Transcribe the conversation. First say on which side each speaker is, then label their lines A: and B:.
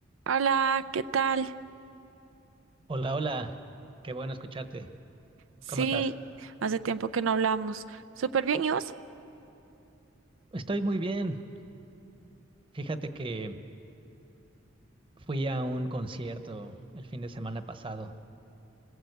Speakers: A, on the right; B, on the right.
A: Hola, ¿qué tal?
B: Hola, hola, qué bueno escucharte.
A: Sí,
B: ¿Cómo estás?
A: hace tiempo que no hablamos. Súper bien, ¿y vos?
B: Estoy muy bien. Fíjate que fui a un concierto el fin de semana pasado.